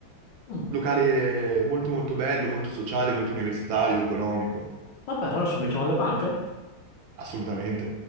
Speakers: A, on the left; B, on the right.
A: Mm.
B: Locale molto molto bello, molto sociale, molto universitario, economico.
A: Va bene, allora ci becchiamo alle panche?
B: Assolutamente.